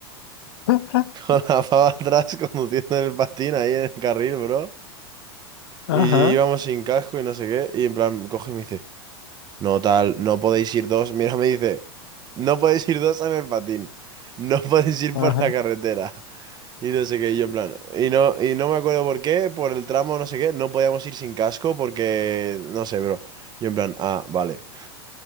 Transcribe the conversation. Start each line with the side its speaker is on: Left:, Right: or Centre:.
Left: <laughs>
Right: <laughs> con la pava atrás, conduciendo en el patín ahí en el carril, bro.
Left: Ajá.
Right: Y íbamos sin casco y no sé qué. Y en plan, coge y me dice. No tal, no podéis ir dos. Mira, me dice, no podéis ir dos en el patín. No <laughs> podéis ir
Left: Ajá.
Right: por la carretera. Y no sé qué, y yo en plan. Y no, y no me acuerdo por qué, por el tramo, no sé qué, no podíamos ir sin casco porque, no sé, bro. Yo en plan, ah, vale. <laughs>